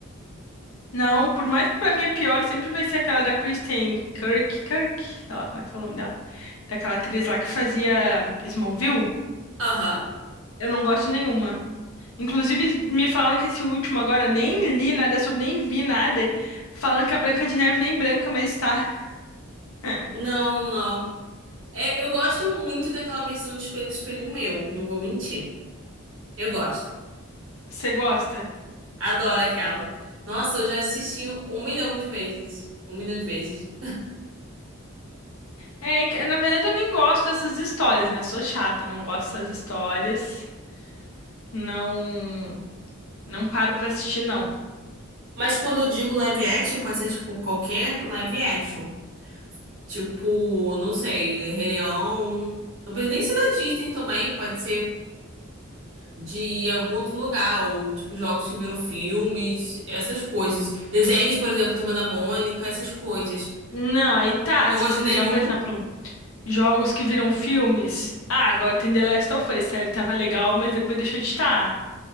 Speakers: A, on the left (about 80°); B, on the right (about 65°).
A: Não, por mais que pra mim é pior, sempre vai ser aquela da Kristen Kirk, Kirk, sei lá como é que fala o nome dela. Daquela atriz lá que fazia Smallville.
B: Aham.
A: Eu não gosto de nenhuma. Inclusive, me falaram que esse último agora, nem li nada sobre, nem vi nada. Falando que a Branca de Neve nem branca, mas tá. <laughs>
B: Não, não. É, eu gosto muito daquela versão de Espelho, Espelho Meu, não vou mentir. Eu gosto.
A: Você gosta?
B: Adoro aquela. Nossa, eu já assisti um milhão de vezes. Um milhão de vezes.
A: É, que, na verdade eu nem gosto dessas histórias, né? Sou chata, não gosto dessas histórias. Não, não paro pra assistir, não.
B: Mas quando eu digo live action, pode ser tipo qualquer live action. Tipo, não sei, Rei Leão. Não precisa nem ser da Disney também, pode ser de algum outro lugar, ou tipo jogos que viram filmes, essas coisas. Desenhos, por exemplo, Turma da Mônica, essas coisas.
A: Não, aí tá,
B: Eu não
A: se
B: gosto
A: você
B: de
A: pegar,
B: nenhum.
A: por exemplo, jogos que viram filmes. Ah, agora tem The Last of Us, sério, tava legal, mas depois deixou de estar.